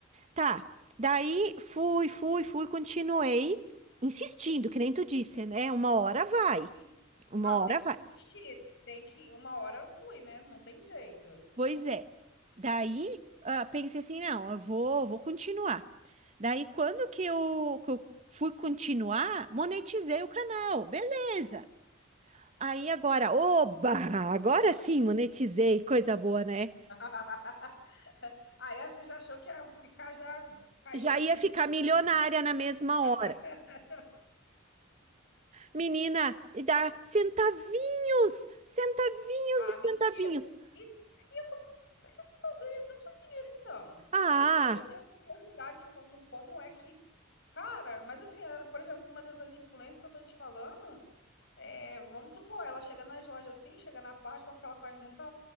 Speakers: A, on the right; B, on the left.
A: Tá. Daí fui, fui, fui, continuei insistindo, que nem tu disse, né? Uma hora vai.
B: E-
A: Uma
B: Não, você tem
A: hora
B: que
A: vai.
B: insistir, tem que, uma hora flui, né? Não tem jeito.
A: Pois é. Daí, ah, pensei assim, não, eu vou, vou continuar. Daí, quando que eu, que eu fui continuar, monetizei o canal, beleza. Aí agora, oba, agora sim monetizei, coisa boa, né?
B: <laughs> Aí você já achou que ia ficar, já caiu
A: Já
B: os rios
A: ia ficar
B: de dinheiro,
A: milionária
B: né?
A: na mesma
B: <laughs>
A: hora. Menina, e dá centavinhos, centavinhos
B: Ah,
A: de
B: mentira.
A: centavinhos.
B: E, e É que esse povo ganha tanto dinheiro, então.
A: Ah,
B: Queria saber, eu tenho essa curiosidade, como, como é que. Cara, mas assim, eh, por exemplo, uma dessas influências que eu tô te falando, é, vamos supor, ela chega nas lojas assim, chega na Páscoa, porque ela faz muita.